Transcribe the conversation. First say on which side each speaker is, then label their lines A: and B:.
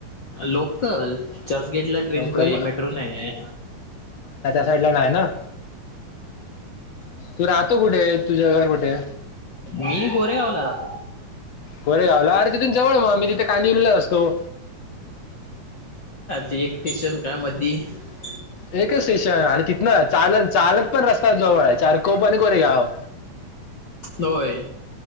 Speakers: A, on the left (about 35°); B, on the left (about 55°).
A: लोकल चर्चगेट ला ट्रेन
B: लोकल
A: क्वे मेट्रो नाही हे
B: ईडला नाही ना तू राहतो कुठे तुझ घर कुठे.
A: मी गोरे गावला राहतो.
B: कोरे गावला अरे तिथून जवळ मग मी तिथे कांदेविन लांच असतो.
A: एकक्ट्रिशन कामध्येध
B: ह् एकच स्टेशन आणि तिथनं चाल चालत पण रस्ता जवळ आहे चार कोोप आणि कोरेगाव
A: होय